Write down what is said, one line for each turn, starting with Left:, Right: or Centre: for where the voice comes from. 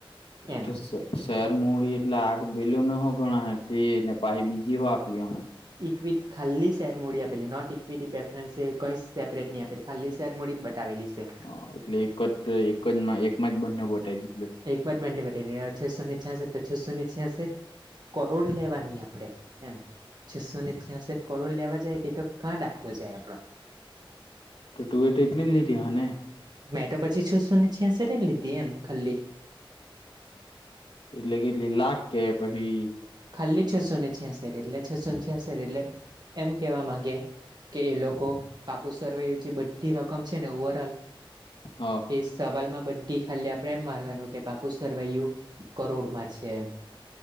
Right: એમ
Left: ત સરેર મૂડી એટલે આખ ભેલ ન હો ગણા તે ને પાછ બીજી હો આપલી હો
Right: ઇક્વિટ ખાલી શેર મૂડી આપેલી નોટ ઇક્વિટી પ્રેફરન્સ છે કઈ સેપરેટ નહી, આપેલી ખાલી શેર મૂડી બ દાબેલી છે.
Left: આ એટલે એક જ એક જ એકમાં જ બંને બતાવી દીધલો.
Right: એક વાર પેન્ડિંગ બતાવી દીધો આ છેસોને છાસઠ તો છસો ને છ્યાસી કરોડ લેવાની આપડે એમ. છસો ને છ્યાસઠ કરોડ લેવા જાય તે તો ક્યાં દાખલો જાય આપડો.
Left: તો ટુવે તે એટલી જ લીધી હ ને.
Right: મેં તો પછી છસો ને છ્યાસઠ લીધી એમ ખાલી.
Left: એટલે કેટલી લાખ કે પાહિ
Right: ખાલી છસો ને છ્યાસઠ એટલે છસો ને છ્યાંસર એટલે એમ કેવા માંગે કે એ લોકો પાકુ સરવૈયું જે બધી રકમ છે ને ઓવરલ
Left: હા.
Right: એ સવાલમાં બધી ખાલી આપણે એમ મારવાનું કે પાકું સરવાયું કરોડમાં છે એમ.